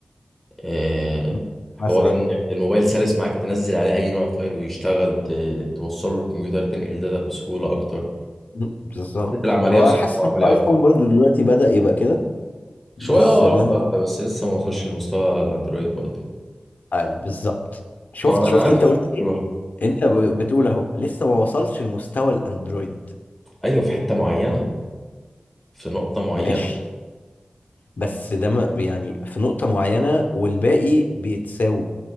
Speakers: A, in the centre; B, on the left.
A: آه،
B: مم.
A: حوار
B: مثلا
A: ان الموبايل سلس معاك تنزل عليه اي نوع فايل ويشتغل ت- توصله للكمبيوتر تنقل داتا بسهولة اكتر
B: مم. بالظبط
A: العملية
B: هو
A: بصراحة
B: أنا حاسس
A: عملية
B: ان الايفون
A: اكتر
B: برضو دلوقتي بدأ يبقى كده بس
A: شوية اه
B: مهما
A: واحدة واحدة بس لسه ما وصلش لمستوى الاندرويد برضو يعني.
B: آه، بالظبط شفت
A: طب انا
B: شفت
A: عندي
B: انت قلت ايه
A: حلوة.
B: انت ب- بتقول اهو لسه ما وصلش لمستوى الاندرويد
A: ايوه في حتة معينة في نقطة معينة
B: ماشي بس ده ما يعني في نقطة معينة والباقي بيتساووا